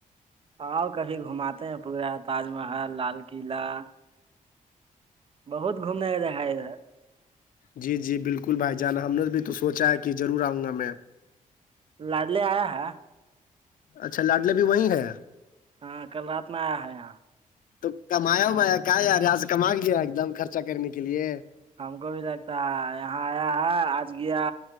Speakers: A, on the right; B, on the left.
A: آؤ کبھی گھماتے ہیں پورا تاج محل لال قلعہ بہت گھومنے کا جگہ ہے ادھر
B: جی جی بالکل بھائی جانا ہم نے بھی تو سوچا ہے کہ ضرور آؤں گا میں
A: لڑ لے آیا ہا
B: اچھا لاڈل بھی وہی ہے
A: ہاں کل رات میں آیا ہے یہاں
B: تو کمایا
A: ہاں
B: ومایا کیا ی ریاز کم لیا ایک دم خرچا کرنے کے لیے
A: ہم کو بھی لگتا ہے یہاں آیا ہے آج گیا